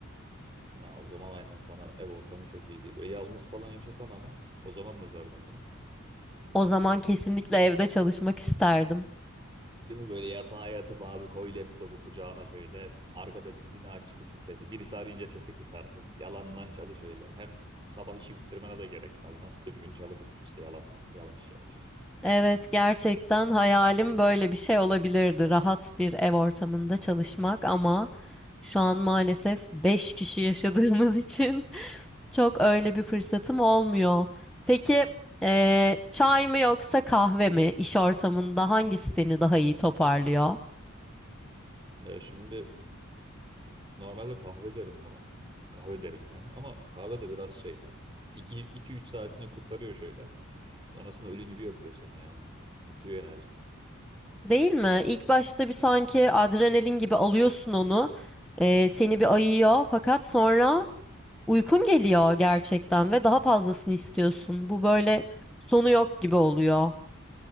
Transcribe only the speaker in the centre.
O zaman kesinlikle evde çalışmak isterdim.
Evet, gerçekten hayalim böyle bir şey olabilirdi. Rahat bir ev ortamında çalışmak ama şu an maalesef 5 kişi yaşadığımız <laughs> için Çok öyle bir fırsatım olmuyor. Peki eee, çay mı yoksa kahve mi İş ortamında hangisi seni daha iyi toparlıyor?
Değil mi? İlk başta bir sanki adrenalin gibi alıyorsun onu. eee, seni bir ayıyor fakat sonra Uykun geliyor gerçekten ve daha fazlasını istiyorsun. Bu böyle sonu yok gibi oluyor.